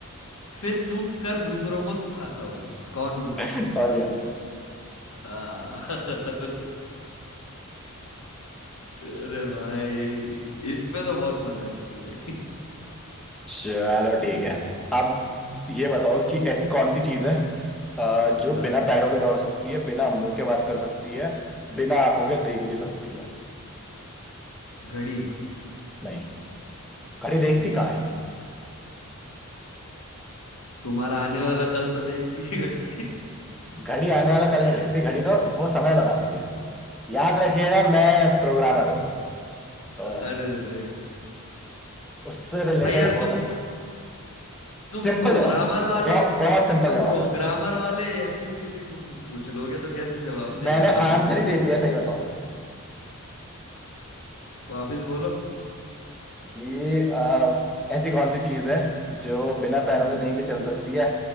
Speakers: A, on the left; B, in the centre.
A: फिर सूख कर दूसरों को सुखाता हूँ कौन हूं मैं
B: समझ गया
A: आ, <laughs> अरे भाई इस पे तो बहुत मजा आई थी भाई
B: चलो ठीक है अब ये बताओ कि ऐसी कौन सी चीज है अ, जो
A: हाँ
B: बिना पैरों के दौड़ सकती है बिना मुंह के बात कर सकती है बिना आंखों के देख भी सकती है
A: <laughs> घड़ी
B: नहीं घड़ी देखती
A: नहीं
B: कहाँ
A: तुम्हारा आने वाला कल तो देखती है घड़ी
B: घड़ी आने वाला कल
A: <laughs>
B: नहीं देखती घड़ी तो वो समय बताती है याद रखिएगा मैं प्रोग्रामर हूँ तो
A: अरे रे रे
B: उससे रिलेटेड
A: भाई यार
B: हो
A: तुम
B: सकता है
A: तुम
B: सिंपल
A: प्रोग्रामर
B: जवाब
A: वाले
B: बहुत बहुत सिंपल
A: तुम
B: जवाब
A: प्रोग्रामर
B: है
A: वाले ऐसे किसी को पू- पूछ लोगे तो कैसे जवाब देगा
B: मैंने
A: भाई
B: आंसर
A: वो
B: ही दे दिया सही बताऊं तो
A: वापिस बोलो
B: ये अ, ऐसी कौन सी चीज है जो बिना पैरों
A: हम्म
B: के कहीं भी चल सकती है